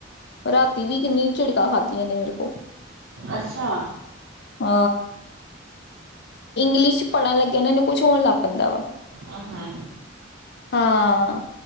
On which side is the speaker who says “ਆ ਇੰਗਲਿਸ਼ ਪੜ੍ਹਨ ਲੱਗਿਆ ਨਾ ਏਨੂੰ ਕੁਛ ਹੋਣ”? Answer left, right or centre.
Left